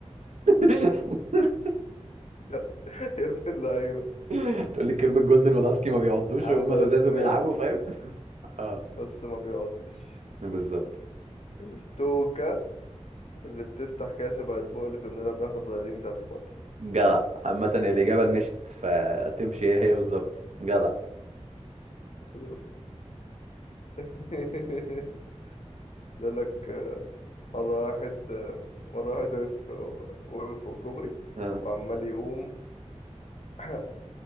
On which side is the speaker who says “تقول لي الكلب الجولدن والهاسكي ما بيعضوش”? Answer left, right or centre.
Right